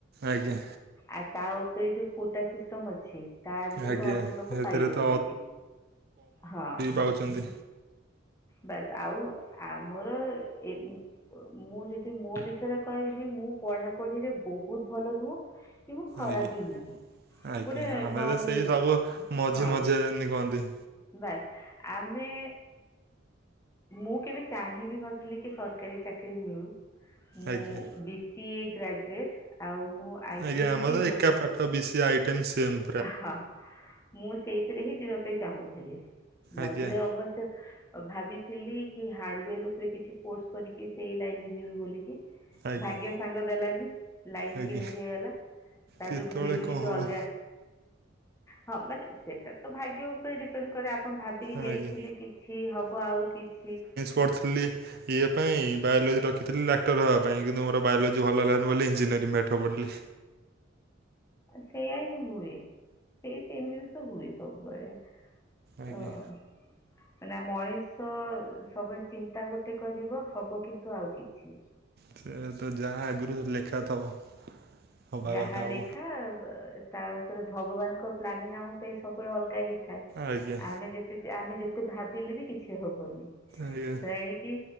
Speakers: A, on the right; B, on the left.
A: ଆଜ୍ଞା।
B: ଆ ତା ଉପରେ ଯୋଉ କୋଟା ସିଷ୍ଟମ ଅଛି। ତା ଦେହେରେ
A: ଆଜ୍ଞା
B: ତ ଅଧା ଲୋକ
A: ସେଥିରେ
B: ପାଇବେନି
A: ତ
B: ବି ହଁ।
A: ପାାଉଛନ୍ତି।
B: ବାସ ଆଉ ଆମର ଏ ମୁଁ ଯଦି ମୋ ବିଷୟରେ କହିବି ମୁଁ ପଢାପଢିରେ ବହୁତ ଭଲ ନୁହଁ କି ମୁଁ ଖରାପ
A: ଆଜ୍ଞା।
B: ବି ନୁହଁ।
A: ଆଜ୍ଞା
B: ଗୋଟେ
A: ଆମେ
B: ନର୍ମାଲ
A: ତ ସେଇ ସବୁ ମଝି
B: ହଁ
A: ମଝିଆ ଯେମତି କୁହନ୍ତି।
B: ବାସ୍ ଆମେ ମୁଁ କେବେ ଚାହିଁବି ନଥିଲି କି ସରକାରୀ ଚାକିରି ମିଳୁ ମୁଁ
A: ଆଜ୍ଞା।
B: ବିସିଏ ଗ୍ରାଜୁଏଟ୍ ଆଉ ମୁଁ ଆଇଟିରେ
A: ଆଜ୍ଞା ଆମର
B: ହିଁ ଯିବା
A: ଏକା
B: ପାଇଁ
A: ପାଠ
B: ଚାହୁଁଥିଲି
A: ବିସିଏ ଆଇଟିଏମ୍ ସିଏମ୍
B: ହଁ ମୁଁ ସେଇଥିରେ ହିଁ ଯିବା ପାଇଁ ଚାହୁଁଥିଲି ମଝିରେ
A: ଆଜ୍ଞା
B: ଅବଶ୍ୟ ଭାବିଥିଲି କି ହାର୍ଡ଼ୱେର ଉପରେ କିଛି କୋର୍ସ କରିକି ସେଇ ଲାଇନ ରେ ଯିବି ବୋଲିକି।
A: ଆଜ୍ଞା।
B: ଭାଗ୍ୟ ସାଙ୍ଗ ଦେଲାନି ଲାଇନ୍
A: ଆଜ୍ଞା
B: ଚେଞ୍ଜ ହେଇଗଲା ତାପରେ
A: କେତେବେଳେ
B: ଘୁରି ବୁଲିକି
A: କଣ ହବ
B: ଅଲଗା ହଁ ମାନେ ସେଟା ତ ଭାଗ୍ୟ ଉପରେ ଡିପ୍ ପେନ କରେ ଆପଣ ଭାବିକି
A: ଆଜ୍ଞା
B: ଯାଇଥିବେ କିଛି ହବ ଆଉ କିଛି
A: କରିଥିଲି। ଇଏ ପାଇଁ ବାୟୋଲୋଜି ରଖିଥିଲି ଡାକ୍ତର ହବା ପାଇଁ କିନ୍ତୁ ମୋର ବାୟୋଲୋଜି ଭଲ ହେଲାନି ବୋଲି ଇଞ୍ଜିନିୟରିଂ ପାଠ ପଢିଲି।
B: ସେଇୟା ହିଁ ହୁଏ ସେଇ ସେମ ଜିନିଷ ହୁଏ ସବୁବେଳେ।
A: ଆଜ୍ଞା
B: ଓ ଅ। ହେରା ମଣିଷ ସବୁବେଳେ ଚିନ୍ତା ଗୋଟେ କରିବ ହବ କିନ୍ତୁ ଆଉ କିଛି।
A: ସେୟାତ ଯାହା ଆଗରୁ ଲେଖା ଥବ। ହବା
B: ଯାହା
A: କଥା
B: ଲେଖା
A: ହବ
B: ତା ଉପରେ ଭଗବାନଙ୍କ ପ୍ଲାନିଂ ଆମ ପାଇଁ ସବୁବେଳେ ଅଲଗା ହେଇ ଥାଏ
A: ଆଜ୍ଞା
B: ଆମେ ଯେତେ ଯା ଆମେ ଯେତେ ଭାବିଲେ ବି କି କିଛି ହବନି
A: ଆଜ୍ଞା
B: ତ ଏଣିକି